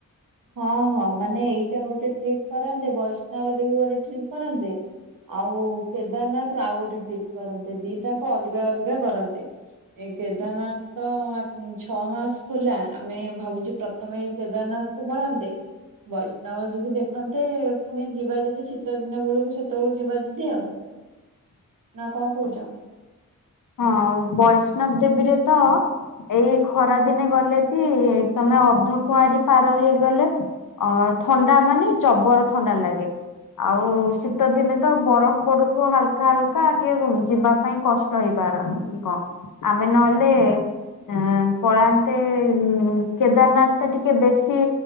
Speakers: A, on the right; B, on the left.
A: ହଁ ହଁ ମାନେ ଏଇଟା ଗୋଟେ ଟ୍ରିପ କରନ୍ତେ ବୈଷ୍ଣବ ଦେବୀ ଗୋଟେ ଟ୍ରିପ କରନ୍ତେ। ଆଉ କେଦାରନାଥ ଆଉ ଗୋଟେ ଟ୍ରିପ୍ କରନ୍ତେ ଦିଟାଙ୍କ ଅଲଗା ଅଲଗା କରନ୍ତେ। ଏ କେଦାରନାଥ ତ ମା ଛଅ ମାସ ଖୋଲା ଆମେ ଭାବୁଛେ ପ୍ରଥମେ ଏଇ କେଦାରନାଥ କୁ ପଳାନ୍ତେ। ବୈଷ୍ଣବ ଦେବୀ ଦେଖନ୍ତେ ପୁଣି ଯିବା ଯଦି ଶୀତ ଦିନ ବେଳକୁ ସେତେବେଳକୁ ଯିବା ଯଦି ଆଉ। ନା କଣ କୋଉଚ।
B: ହଁ ବୈଷ୍ଣବ ଦେବୀରେ ତ ଏଇ ଖରାଦିନେ ଗଲେ ଟି ତମେ ଅଧ କୁଆଁରୀ ପାର ହେଇଗଲେ ଅ ଥଣ୍ଡା ମାନେ ଜବର ଥଣ୍ଡା ଲାଗେ। ଆଉ ଶୀତ ଦିନେ ତ ବରଫ ପଡୁଥିବ ହାଲକା ହାଲକା ଟିକେ କୁ ଯିବା ପାଇଁ କଷ୍ ସହିପାରନ୍ତି କ ଆମେ ନହେଲେ ଆଁ ପଳାନ୍ତେ ଉଁ କେଦାରନାଥ ଟା ଟିକେ ବେଶୀ